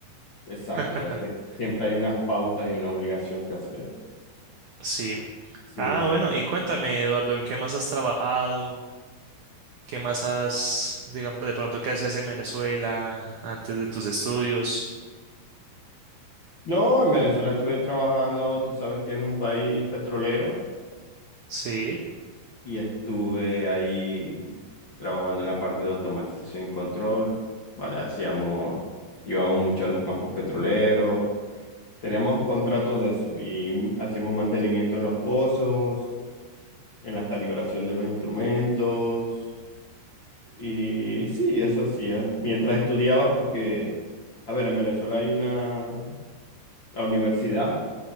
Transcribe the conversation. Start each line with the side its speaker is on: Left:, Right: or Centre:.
Left: Exacto,
Right: <laughs>
Left: pues sie- siempre hay unas pautas y una obligación que hacer.
Right: Sí.
Left: Sí,
Right: Ah,
Left: sí.
Right: bueno, y cuéntame, Eduardo, ¿en qué más has trabajado? ¿Qué más has, digamos, de pronto qué hacías en Venezuela antes de tus estudios?
Left: No, en Venezuela estuve trabajando, tú sabes que es un país petrolero
Right: Sí,
Left: y estuve ahí trabajando en la parte de automatización y control, ¿vale? Hacíamos, íbamos mucho a los campos petroleros, teníamos contratos de eso y hacíamos mantenimiento en los pozos, en la calibración de los instrumentos y sí, eso hacía mientras estudiaba porque, a ver, en Venezuela hay una la universidad